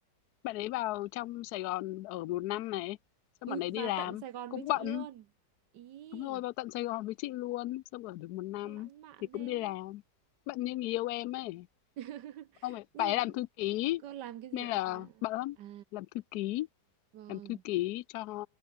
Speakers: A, on the left; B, on the right.
A: bạn ấy vào trong Sài Gòn ở một năm này, xong
B: Ui,
A: bạn ấy đi
B: vào
A: làm,
B: tận Sài Gòn
A: cũng
B: với chị
A: bận.
B: luôn. Ý,
A: Đúng rồi, vào tận Sài Gòn với chị luôn, xong ở được một năm
B: lãng mạn
A: thì cũng
B: thế.
A: đi làm. Bận như người yêu em ấy,
B: <laughs>
A: ông ấy
B: Nhưng
A: bạn ấy làm thư ký
B: cô làm cái gì
A: nên
B: ạ?
A: là
B: Là
A: bận lắm,
B: à,
A: làm thư ký,
B: vâng,
A: làm thư ký cho